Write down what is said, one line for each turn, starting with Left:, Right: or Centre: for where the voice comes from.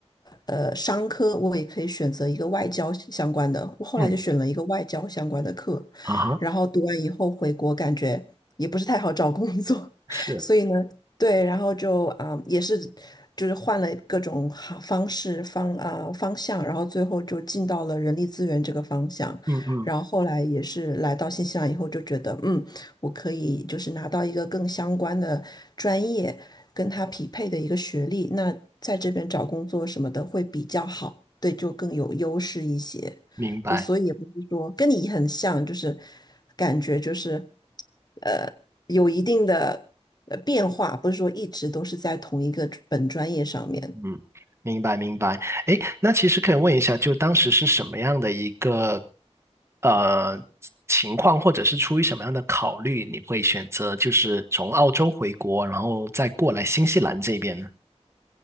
Left: 呃，商科，我也可以选择一个外交相关的，我后来就选了一个外交相关的课，
Right: 嗯，啊哈，
Left: 然后读完以后回国，感觉也不是太好找工作，
Right: 是，
Left: <laughs> 所以呢，对，然后就啊、呃也是就是换了各种好方式方啊、呃方向，然后最后就进到了人力资源这个方向。
Right: 嗯嗯，
Left: 然后后来也是来到新西兰以后，就觉得嗯，我可以就是拿到一个更相关的专业，跟他匹配的一个学历，那在这边找工作什么的会比较好，对，就更有优势一些。
Right: 明白。
Left: 对，所以也不是说跟你很像，就是感觉就是呃有一定的呃变化，不是说一直都是在同一个本专业上面。
Right: 嗯，明白明白。哎，那其实可以问一下，就当时是什么样的一个呃情况，或者是出于什么样的考虑，你会选择就是从澳洲回国，然后再过来新西兰这边呢？